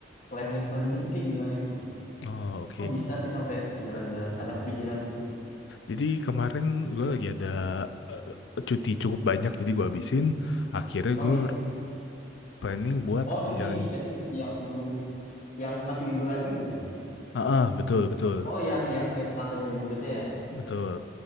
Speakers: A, on the left; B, on the left.
A: planning-planningnya tuh kayak gimana gitu loh?
B: Oh, oke.
A: Kok bisa sih sampai jalan-jalan? Ada kepikiran gitu?
B: Jadi kemarin gue lagi ada eh, eh, cuti cukup banyak, jadi gue habisin. Akhirnya
A: Oh
B: gue
A: gitu.
B: planning buat
A: Oh cuti
B: jalan.
A: ini gak sih cuti yang sebelum yang masih di bulan ini bukan?
B: Ah, ah, betul, betul,
A: Oh yang yang Senin Selasanya libur itu ya?
B: betul.